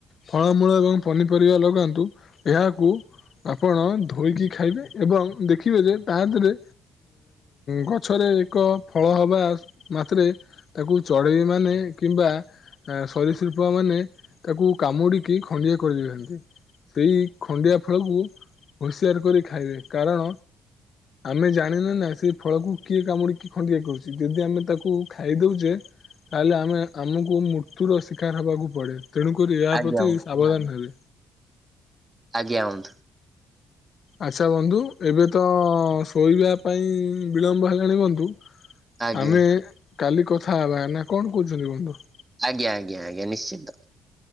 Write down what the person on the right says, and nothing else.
ଆଜ୍ଞା
ବନ୍ଧୁ
ଆଜ୍ଞା ବନ୍ଧୁ।
ଆଜ୍ଞା।
ଆଜ୍ଞା- ଆଜ୍ଞା- ଆଜ୍ଞା ନିଶ୍ଚିନ୍ତ